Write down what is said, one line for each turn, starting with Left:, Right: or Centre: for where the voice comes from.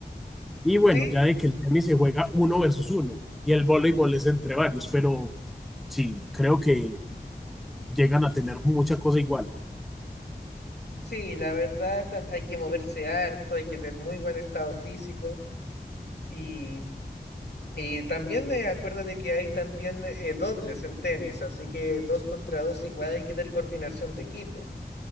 Centre: Y bueno,
Left: sí,
Centre: ya de que el tenis se juega uno versus uno y el voleibol es entre varios, pero sí, creo que llegan a tener mucha cosa igual.
Left: sí, la verdad tam- hay que moverse harto, hay que tener muy buen estado físico y, y también eh, acuérdate que hay también eh, dobles en tenis, así que dos contra dos igual hay que tener coordinación de equipo.